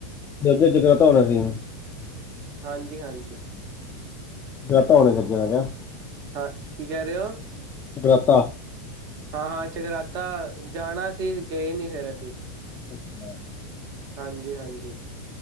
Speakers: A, on the left; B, on the right.
A: ਜਲਦੇ ਜਗਰਾਤਾ ਹੋਣਾ ਸੀਗਾ
B: ਹਾਂਜੀ ਹਾਂਜੀ
A: ਜਗਰਾਤਾ ਹੋਣ ਲੱਗਿਆ ਮੈਂ ਕਿਹਾ
B: ਹਾਂ ਕੀ ਕਹਿ ਰਹੇ ਔ
A: ਜਗਰਾਤਾ
B: ਹਾਂ ਹਾਂ ਜਗਰਾਤਾ ਜਾਣਾ ਸੀ ਗਏ ਨੀ ਫੇਰ ਅਸੀਂ
A: ਅੱਛਾ
B: ਹਾਂਜੀ ਹਾਂਜੀ